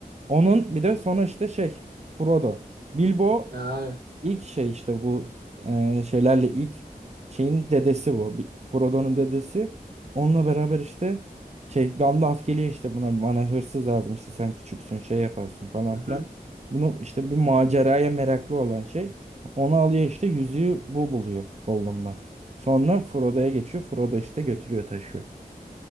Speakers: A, on the right; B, on the right.
A: Onun bir
B: Tamam.
A: de sonra
B: öyle.
A: işte şey Frodo. Bilbo
B: Ha, aynen.
A: İlk şey işte bu e, şeylerle ilk şeyin dedesi bu. Bir- Frodo'nun dedesi. Onunla beraber işte şey Gandalf geliyor işte buna bana hırsız lazım işte sen küçüksün şey yaparsın falan
B: Mhm.
A: filan. Bunu işte bir maceraya meraklı olan şey. Onu alıyor işte yüzüğü bu buluyor Gollum'dan. Sonra Frodo'ya geçiyor. Frodo işte götürüyor taşıyor.